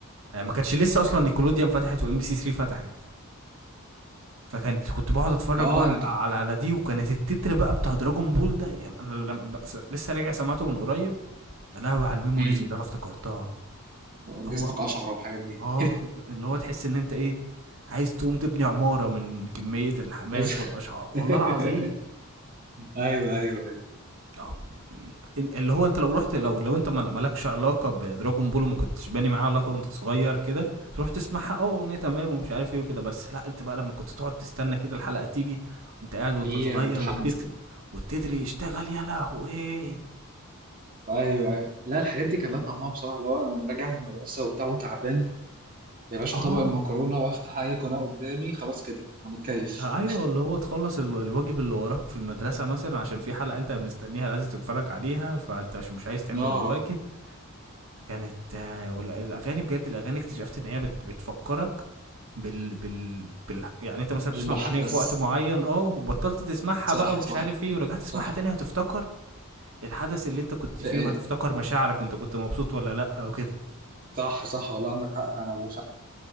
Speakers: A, on the right; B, on the right.
A: آه ما كانتش لسه اصلا نيكولوديان فتحت وام بي سي 3 فتحت فكانت كنت بقعد اتفرج
B: اه
A: بقى
B: انت
A: على على دي وكانت التتر بقى بتاع دراجون بول ده يا انا لما بس- لسه راجع سمعته من قريب يا لهوي على الميموريز
B: امم
A: اللي انا افتكرتها اللي
B: جسمك
A: هو
B: اشعر والحاجات دي
A: اه اللي هو تحس ان انت ايه عايز تقوم تبني عمارة من كمية الحماس
B: <laughs> لازم
A: والاشعار والله
B: <laughs>
A: العظيم
B: ايوه ايوه ايوه
A: آه، اللي هو انت لو رحت لو لو انت مل- مالكش علاقه بدراجون بول وما كنتش باني معاه علاقه وانت صغير كده تروح تسمعها اه اغنيه تمام ومش عارف ايه وكده بس لا انت بقى لما كنت تقعد تستنى كده الحلقه تيجي وانت قاعد وانت
B: في
A: صغير
B: متحمس
A: والتتر
B: كده
A: والتتر يشتغل يا لهوي
B: ايوه ايوه لا الحاجات دي كان لها طعمها بصراحه اللي هو انا راجع من المدرسه وبتاع وتعبان يا باشا
A: اه
B: طبق المكرونه وافتح اي قناه قدامي خلاص كده انا متكيف
A: ايوه اللي هو تخلص ال- الواجب اللي وراك في المدرسه مثلا عشان في حلقه انت مستنيها عايز تتفرج عليها فانت عشان مش عايز تعمل
B: <laughs> اه
A: الواجب كانت آه، والاغاني بجد الاغاني اكتشفت ان هي بت- بتفكرك بال بال بال يعني انت مثلا بتسمع
B: المحدث
A: اغنيه في وقت معين اه وبطلت تسمعها
B: صح
A: بقى ومش
B: صح
A: عارف ايه ورجعت تسمعها
B: صح
A: تاني هتفتكر الحدث اللي انت كنت فيه
B: إيه، إيه،
A: وهتفتكر مشاعرك انت كنت مبسوط ولا لا او كده
B: صح صح والله عندك حق فعلا والله